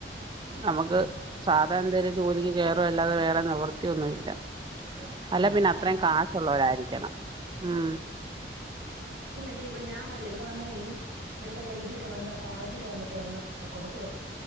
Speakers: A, on the right; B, on the right.
A: നമുക്ക്
B: ആ
A: സാധാ എന്തേലും ജോലിക്ക് കേയറും അല്ലാതെ വേറെ നിവൃത്തിയൊന്നും ഇല്ല അല്ലേ
B: ആ
A: പിന്നെ അത്രയും
B: എ-
A: കാശൊള്ളവരായിരിക്കണം ഉം
B: റ്റേ ഇവിടെ ഞാൻ പറഞ്ഞില്ലേ ഇവിടെ വന്ന് ഈ ഇവിടുത്തെ വൈതില് വന്ന് കോളേജില് വന്നിട്ട് ഒന്ന് കൊടുത്തു നോക്ക്